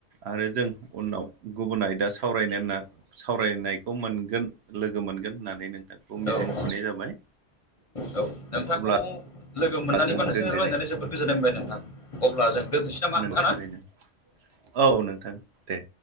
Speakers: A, on the right; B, on the left.
A: आरो जों उनाव गुबुन आयदा सावरायनो होनना सावरायनायखौ मोनगोन लोगो मोनगोन होननानै नोंथां खौ मिजिंथिनाय
B: औ औ
A: जाबाय
B: औ नोंथांखौ
A: अब्ला
B: लोगो मोननानैबा
A: जों
B: नोंसोर
A: दोनदिनि
B: रायलायनानै जोबोद गोजोननाय मोनबाय नोंथां अब्ला जों <unintelligible> सै नामा
A: नंगौ
B: नोंथां
A: थारैनो
B: ना
A: औ नोंथां दे